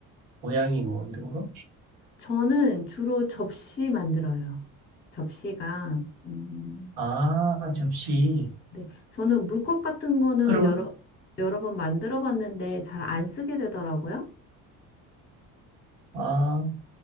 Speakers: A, on the right; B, on the left.
A: 고양이 뭐 이런 거?
B: 저는 주로 접시 만들어요. 접시가 음,
A: 아, 접시.
B: 네. 저는 물컵 같은 거는
A: 그러면,
B: 여러 여러 번 만들어 봤는데 잘 안 쓰게 되더라고요.
A: 아,